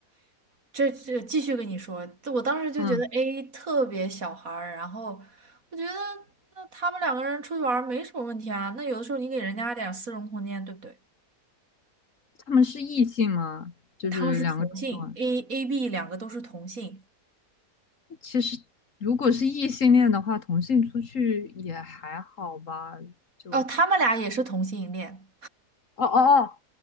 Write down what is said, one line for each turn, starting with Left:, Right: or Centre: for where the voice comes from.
Right: 这这继续跟你说，我当时就觉得
Left: 嗯，
Right: A 特别小孩儿。然后我觉得，那他们两个人出去玩儿没什么问题啊。那有的时候你给人家点儿私人空间，对不对？
Left: 他们是异性吗？就是两个出去玩。
Right: 他们是同性，A A B 两个都是同性，
Left: 其实如果是异性恋的话，同性出去也还好吧，就
Right: 哦，他们俩也是同性恋，
Left: 哦哦哦，